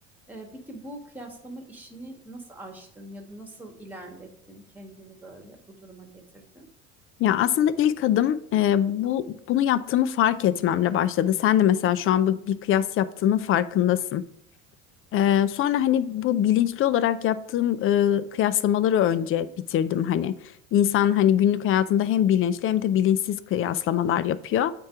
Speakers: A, in the centre; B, on the left.
A: Eee, peki bu kıyaslama işini nasıl aştın ya da nasıl ilerlettin kendini böyle bu duruma getirdin?
B: Ya aslında ilk adım e, bu bunu yaptığımı fark etmemle başladı. Sen de mesela şu an bu bir kıyas yaptığının farkındasın. E, sonra hani bu bilinçli olarak yaptığım e, kıyaslamaları önce bitirdim hani. İnsan hani günlük hayatında hem bilinçli hem de bilinçsiz kıyaslamalar yapıyor.